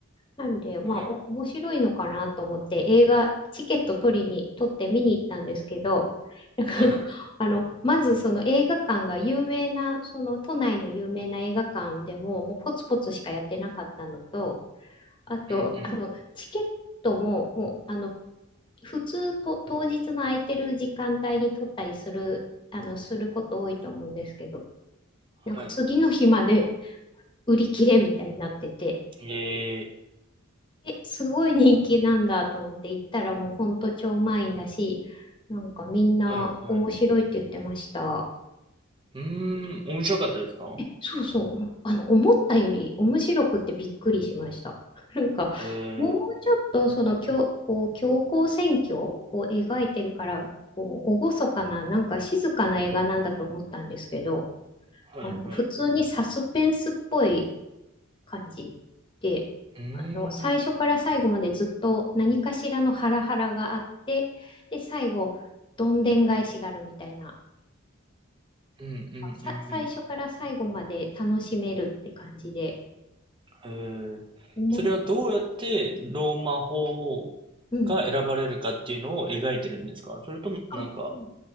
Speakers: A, on the left (about 25°); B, on the right (about 25°).
A: なんで、まあ、
B: はい。
A: お面白いのかなと思って、映画、チケット取りに、取って見に行ったんですけど、なんか <laughs>
B: はい。
A: あの、まずその映画館が有名な、その都内の有名な映画館でも、もうポツポツしかやってなかったのと、あと、
B: うんうん。
A: あの、チケットも、もう、あの、普通と、当日の空いてる時間帯に取ったりする、あの、すること多いと思うんですけど、なんか次の日まで
B: はい。
A: 売り切れみたいになってて、
B: ええ、
A: え、すごい人気なんだと思って行ったらもうほんと超満員だし、なんかみんな面白いって言ってました。
B: はいはい。うーん、面白かったですか？
A: そうそう。あの、思ったより面白くてびっくりしました。<laughs> なんか、
B: へえ、
A: もうちょっとその強、こう、強行選挙を描いてるから、こう、厳かな、なんか静かな映画なんだと思ったんですけど、
B: はいはい。
A: あの、普通にサスペンスっぽい感じで、
B: うー
A: あの、最初から最後までずっと何かしらのハラハラがあって、
B: ん。
A: で、最後、どんでん返しがあるみたいな、
B: うんうん
A: さ、最初から最後まで楽しめるって感じで、
B: うんへえ。
A: 思っ
B: それはどうやってローマ法が選ばれるかっていうのを描いてるんですかそれともなんか
A: うん。あ、うん